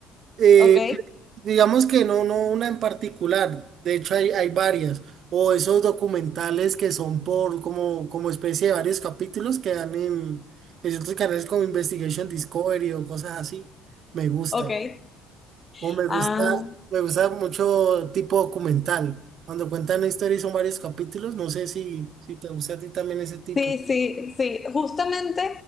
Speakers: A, on the right; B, on the left.
A: eh,
B: Ok,
A: pues, digamos que no, no una en particular. De hecho, hay, hay varias. O esos documentales que son por como, como especie de varios capítulos que dan en, en ciertos canales como Investigation Discovery o cosas así. Me gusta.
B: ok.
A: O me gusta,
B: Ah,
A: me gusta mucho tipo documental. Cuando cuentan una historia y son varios capítulos, no sé si, si te gusta a ti también ese tipo.
B: sí, sí, sí. Justamente